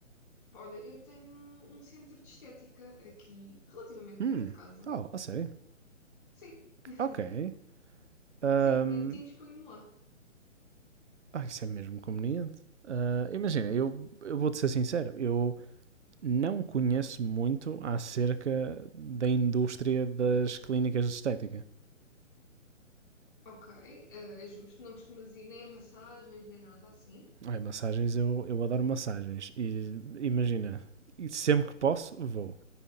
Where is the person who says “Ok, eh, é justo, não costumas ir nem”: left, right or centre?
Left